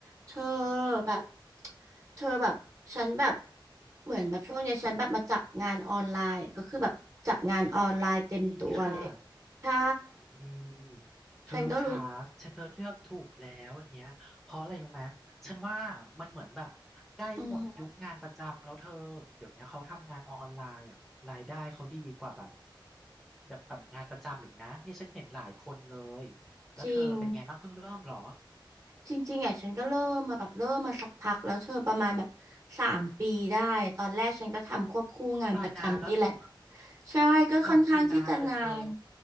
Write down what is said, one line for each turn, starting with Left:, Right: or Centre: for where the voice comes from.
Right: เธอแบบเธอแบบฉันแบบเหมือนแบบช่วงเนี้ยฉันแบบมาจับงานออนไลน์อะก็คือแบบจับงานออนไลน์เต็มตัวเลย
Centre: ดีค่ะ
Right: ใช่
Centre: ดีเธอค่ะฉันเธอเลือกถูกแล้วอันเนี้ยเพราะอะไรรู้ไหมฉันว่ามันเหมือนแบบใกล้หมดยุคงานประจำแล้วเธอเดี๋ยวเนี้ยเขาทำงานออนไลน์อ่ะรายได้เขาดีกว่าแบบ
Right: ฉันก็รู้อืม
Centre: แบบแบบงานประจำอีกนะเนี่ยฉันเห็นหลายคนเลยแล้วเธอเป็นไงบ้างเพิ่งเริ่มเหรอ
Right: จริง จริงๆอ่ะฉันก็เริ่มมาแบบเริ่มมาสักพักแล้วเธอประมาณแบบสามปีได้ตอนแรกฉันก็ทำควบคู่งานประจำนี่แหละ
Centre: อุ๊ยตายนานแล้วเธอ
Right: ใช่ก็ค่อนข้างที่จะนาน
Centre: สามปีนานเลยเธอ